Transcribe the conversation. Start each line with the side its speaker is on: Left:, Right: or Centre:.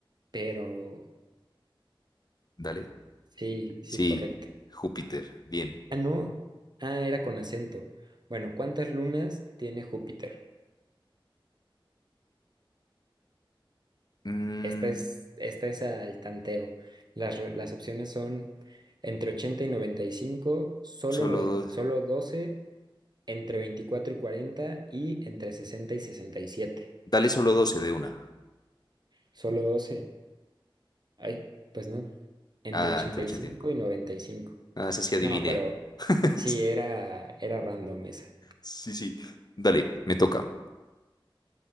Right: pero
Left: Dale.
Right: sí, sí,
Left: Sí,
Right: correcta.
Left: Júpiter. Bien.
Right: Ah, no. Ah, era con acento. Bueno, ¿cuántas lunas tiene Júpiter?
Left: Mm,
Right: Esta es, esta es al tanteo. Las, re- las opciones son entre 80 y 95, solo,
Left: solo
Right: noven-
Left: dos.
Right: solo 12, entre 24 y 40 y entre 60 y 67.
Left: Dale solo doce de una.
Right: Solo 12. Ay, pues no. Entre
Left: Ah,
Right: ochenta
Left: entre
Right: y
Left: 80.
Right: cinco
Left: y-
Right: y y noventa y cinco.
Left: Ah, esa sí adiviné.
Right: No, pero
Left: <laughs>
Right: sí, era, era random esa.
Left: Sí, sí. Dale, me toca.